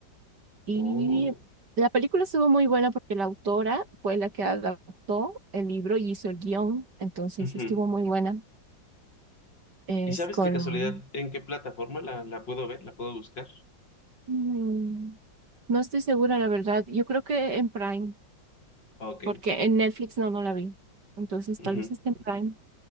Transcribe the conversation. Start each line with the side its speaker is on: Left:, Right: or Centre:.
Right: Y
Left: Oh.
Right: la película estuvo muy buena porque la autora fue la que adaptó el libro y hizo el guión, entonces
Left: Ujú.
Right: estuvo muy buena. Es
Left: ¿Y sabes
Right: con...
Left: de casualidad en qué plataforma la, la puedo ver? ¿La puedo buscar?
Right: mm, no estoy segura, la verdad. Yo creo que en Prime.
Left: Ok.
Right: porque en Netflix no, no la vi. Entonces
Left: Ujú.
Right: tal vez esté en Prime.